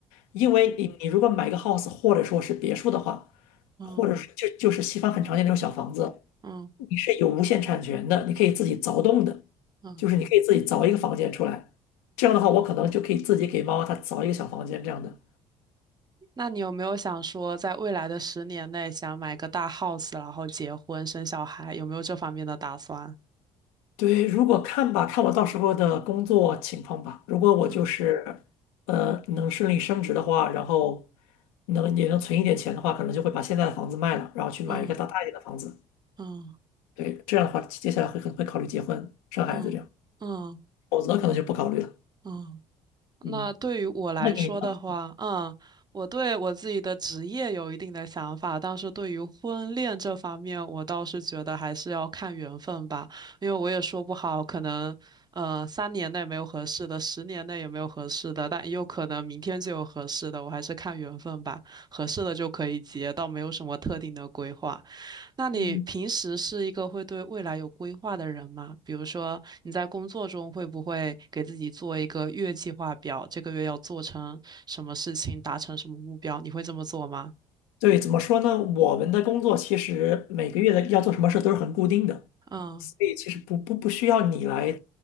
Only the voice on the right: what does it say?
嗯
嗯。
嗯
嗯，
那你有没有想说，在未来的十年内想买个大 house，然后结婚生小孩，有没有这方面的打算？
嗯
嗯嗯
嗯嗯
嗯嗯。
那对于我来说的话，
嗯，我对我自己的职业有一定的想法，但是对于婚恋这方面，我倒是觉得还是要看缘分吧，因为我也说不好，可能呃三年内没有合适的，十年内也没有合适的，但也有可能明天就有合适的，我还是看缘分吧，合适的就可以结，倒没有什么特定的规划。那你平时是一个会对未来有规划的人吗？
比如说你在工作中会不会给自己做一个月计划表，这个月要做成什么事情，达成什么目标？你会这么做吗？
嗯